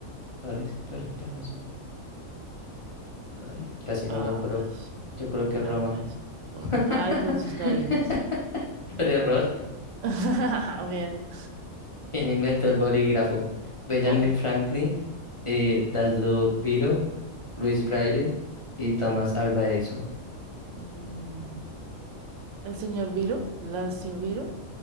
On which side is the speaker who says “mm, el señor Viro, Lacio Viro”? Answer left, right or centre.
Right